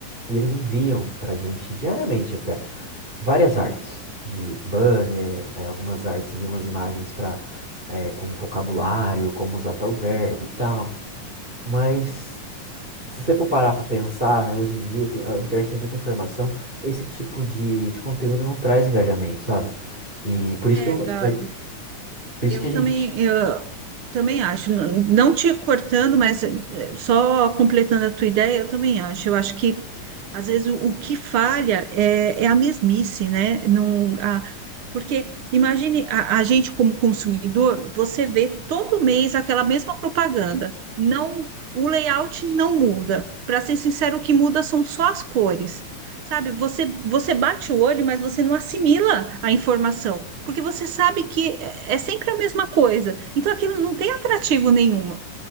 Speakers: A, on the right; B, on the right.
A: e eles enviam pra gente diariamente até várias artes de banner, eh, algumas artes ali, umas imagens para com um vocabulário, como usar tal verbo e tal. Mas se você for parar para pensar, né, hoje em dia tem, a internet tem tanta informação, esse tipo de, de conteúdo não traz engajamento, sabe? E por
B: É,
A: isso que eu,
B: Gabi,
A: é, por isso
B: eu
A: que a
B: também.
A: gente
B: Eu, Também acho, não não te cortando, mas eh, só completando a tua ideia, eu também acho. Eu acho que às vezes o, o que falha é, é a mesmice, né? Não, a, porque imagine a, a gente como consumidor, você vê todo mês aquela mesma propaganda. Não, o layout não muda. Para ser sincero, o que muda são só as cores. Sabe, você, você bate o olho, mas você não assimila a informação, porque você sabe que é é sempre a mesma coisa. Então aquilo não tem atrativo nenhuma,